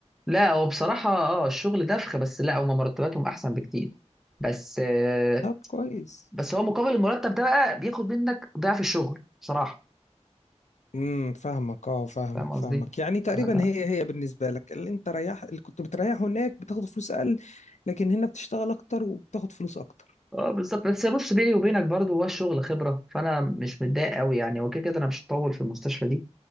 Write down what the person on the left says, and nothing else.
طب كويس
امم فاهمك اه فاهمك
فاهمك يعني تقريبا
هي هي بالنسبه لك اللي انت ريح اللي كنت بتريحه هناك بتاخد فلوس اقل لكن هنا بتشتغل اكتر وبتاخد فلوس اكتر